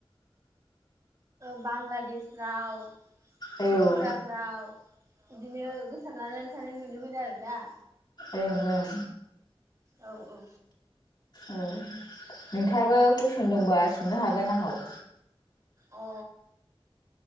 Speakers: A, on the right; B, on the left.
A: बांलादेशफ्राव त्रिपुराफ्राव
B: ओं
A: बिदिनो गोसार लानानै थानाय नुनो मोनो आरोना
B: ओं
A: औ औ
B: औ नोंथाङाबो कुइसन दंबा सोंनो हागोन आंनाव
A: अ